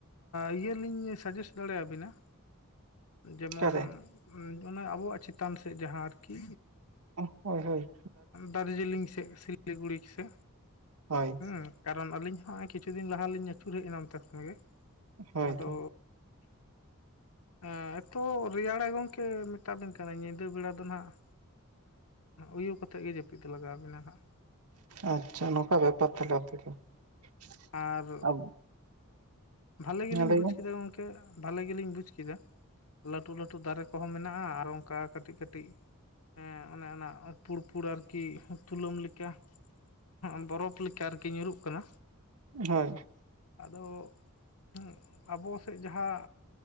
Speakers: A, on the left (about 80°); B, on the right (about 80°).
A: ᱤᱭᱟᱹᱞᱤᱧ ᱥᱟᱡᱮᱥᱴ ᱫᱟᱲᱮᱭᱟᱵᱤᱱᱟ ᱡᱮᱢᱚᱱ
B: ᱚᱠᱟᱨᱮ
A: ᱚᱱᱟ ᱟᱵᱚᱣᱟᱜ ᱪᱮᱛᱟᱱ ᱥᱮᱫ ᱡᱟᱦᱟᱸ ᱟᱨᱠᱤ
B: ᱦᱳᱭ ᱦᱳᱭ
A: ᱫᱟᱨᱡᱤᱞᱤᱝ ᱥᱮᱫ ᱥᱤ ᱥᱤᱞᱤ ᱜᱩᱲᱤ ᱥᱮ
B: ᱦᱳᱭ
A: ᱦᱩᱸ ᱠᱟᱨᱚᱱ ᱟᱹᱞᱤᱧ ᱦᱚᱸᱜ ᱠᱤᱪᱷᱩ ᱫᱤᱱ ᱞᱟᱦᱟ ᱞᱤᱧ ᱟᱹᱪᱩᱨ ᱦᱮᱡ ᱮᱱᱟ ᱛᱮ ᱠᱷᱚᱱ ᱜᱮ
B: ᱦᱳᱭ
A: ᱟᱫᱚ
B: ᱛᱚ
A: ᱦᱮᱸ ᱮᱛᱚ ᱨᱮᱭᱟᱲᱮ ᱜᱚᱝᱠᱮ ᱢᱮᱛᱟᱵᱤᱱ ᱠᱟᱱᱟ ᱧᱤᱫᱟᱹ ᱵᱮᱲᱟ ᱫᱚ ᱱᱟᱦᱟᱜ ᱩᱭᱩ ᱠᱟᱛᱮᱫ ᱜᱮ ᱡᱟᱹᱯᱤᱫ ᱫᱚ ᱞᱟᱜᱟᱣᱵᱤᱱᱟ ᱦᱟᱜ᱾
B: ᱟᱪᱪᱷᱟ ᱱᱚᱝᱠᱟ ᱵᱮᱯᱟᱨ ᱛᱟᱦᱮ ᱟᱞᱮ ᱫᱚ ᱦᱮᱸ
A: ᱟᱨ ᱵᱷᱟᱞᱮ ᱜᱮᱞᱤᱧ
B: ᱞᱟᱹᱭ
A: ᱵᱩᱡ
B: ᱵᱮᱱ
A: ᱠᱮᱫᱟ ᱜᱚᱢᱠᱮ, ᱵᱷᱟᱞᱮ ᱜᱮᱞᱤᱧ ᱵᱩᱡ ᱠᱮᱫᱟ, ᱞᱟᱹᱴᱩ ᱞᱟᱹᱴᱩ ᱫᱟᱨᱮ ᱠᱚ ᱠᱚᱦᱚᱸ ᱢᱮᱱᱟᱜ-ᱟ ᱟᱨ ᱚᱱᱠᱟ ᱠᱟᱹᱴᱤᱡ ᱠᱟᱹᱴᱤᱡ ᱦᱚᱸ ᱚᱱᱮ ᱚᱱᱟ ᱯᱩᱲ ᱯᱩᱲ ᱟᱨᱠᱤ ᱛᱩᱞᱟᱹᱢ ᱞᱮᱠᱟ ᱦᱚᱜ-ᱚ ᱵᱚᱨᱚᱯᱷ ᱞᱮᱠᱟ ᱟᱨᱠᱤ ᱧᱩᱨᱩᱜ ᱠᱟᱱᱟ᱾
B: ᱦᱳᱭ
A: ᱟᱫᱚ ᱦᱩᱸ ᱟᱵᱚ ᱥᱮᱫ ᱡᱟᱦᱟ